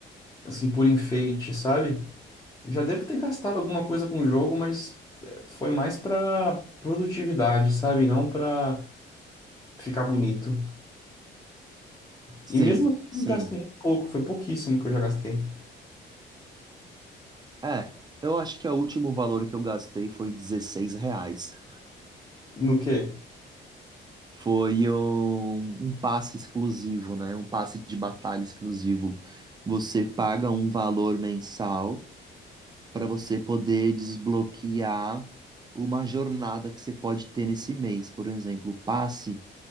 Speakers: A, on the left; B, on the right.
A: assim por enfeite, sabe? Já devo ter gastado alguma coisa com o jogo, mas foi mais pra produtividade, sabe? Não pra ficar bonito.
B: Sim,
A: E mesmo assim,
B: sim.
A: eu gasto muito pouco, foi pouquíssimo que eu já gastei.
B: É, eu acho que o último valor que eu gastei foi 16 reais.
A: No quê?
B: Foi um, um passe exclusivo, né? Um passe de batalha exclusivo. Você paga um valor mensal para você poder desbloquear uma jornada que você pode ter nesse mês. Por exemplo, o passe,